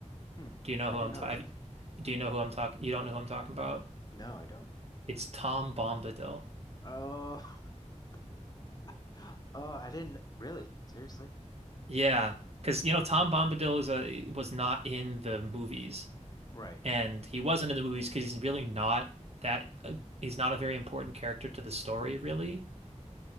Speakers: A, on the left (about 30°); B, on the right (about 55°).
A: Hmm.
B: Do you know
A: I
B: who
A: didn't
B: I'm talking?
A: know that.
B: Do you know who I'm talking? You don't know who I'm talking about?
A: No, I don't.
B: It's Tom Bombadil.
A: Oh, <laughs> <gasps> oh, I didn't really. Seriously?
B: Yeah, because you know Tom Bombadil is a was not in the movies,
A: Right.
B: and he wasn't in the movies because he's really not that. Uh, he's not a very important character to the story, really.